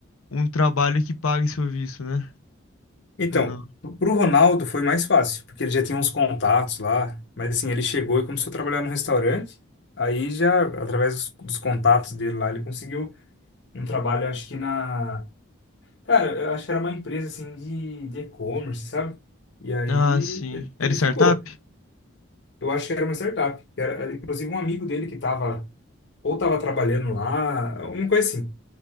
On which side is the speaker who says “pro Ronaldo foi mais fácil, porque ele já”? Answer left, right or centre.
Left